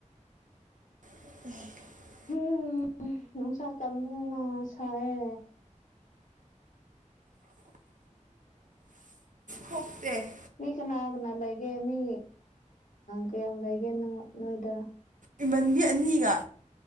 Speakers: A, on the right; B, on the left.
A: ꯎ <inaudible>
B: ꯍꯨꯝ ꯅꯨꯡꯁꯥ ꯀꯟꯕꯅꯤꯅ ꯁꯥꯌꯦ
A: ꯐꯣꯛꯇꯦ <inaudible>
B: ꯃꯤ ꯀꯅꯥ ꯀꯅꯥ ꯂꯩꯒꯦ ꯃꯤ ꯀꯌꯥꯝ ꯂꯩꯒꯦ ꯅꯣꯏꯗ
A: ꯏꯃꯟꯕꯤ ꯑꯅꯤꯒ